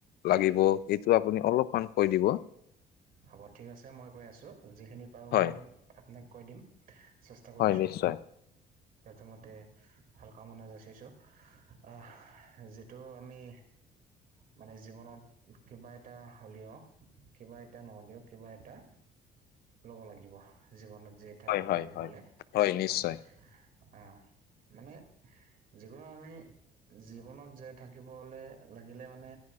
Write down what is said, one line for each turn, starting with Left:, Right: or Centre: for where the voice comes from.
Left: লাগিব সটো আপুনি অলপ কৈ দিব।
Right: হ'ব ঠিক আছে মই কৈ আছো যিখিনি পাৰো
Left: হয়।
Right: মই আপোনাক কৈ দিম- চেষ্টা কৰিছোঁ।
Left: হয় নিশ্চয়।
Right: প্ৰথমতে ভাল কামনা যচিছো আহ যিটো আমি মানে জীৱনত কিবা এটা হ'লেও কিবা এটা নহলেও কিবা এটা ল'ব লাগিব। জীৱনত জ থাকিব
Left: হয়, হয়,
Right: লাগিবলৈ
Left: হয়, নিশ্চয়।
Right: হয়। আহ মানে যিকোনো আমি- জীৱনত জীয়াই থাকিবলে লাগিলে মানে